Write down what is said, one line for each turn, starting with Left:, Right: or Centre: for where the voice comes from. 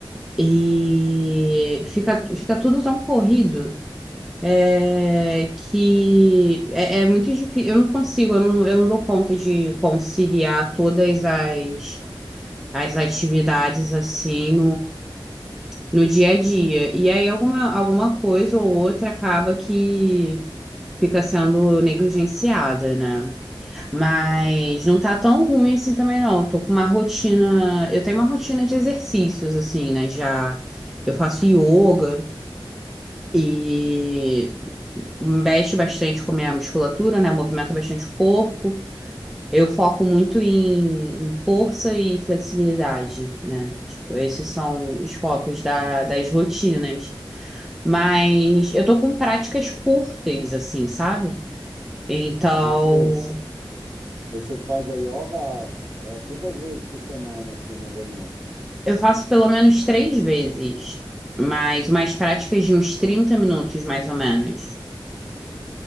Centre: E fica, fica tudo tão corrido é, que é, é muito difícil. Eu não consigo, eu não, eu não dou conta de conciliar todas as, as atividades assim no dia a dia. E aí alguma, alguma coisa ou outra acaba que fica sendo negligenciada, né? Mas não tá tão ruim assim também, não. Eu tô com uma rotina. Eu tenho uma rotina de exercícios, assim, né? Já eu faço yoga e mexe bastante com a minha musculatura, né? Movimenta bastante o corpo. Eu foco muito em, em força e flexibilidade, né? Tipo, esses são os focos da- das rotinas. Mas eu tô com práticas curtas, assim, sabe? Então,
Right: Você, você faz a yoga, é, quantas vezes por semana, assim, mais ou menos?
Centre: eu faço pelo menos três vezes, mas umas práticas de uns 30 minutos, mais ou menos.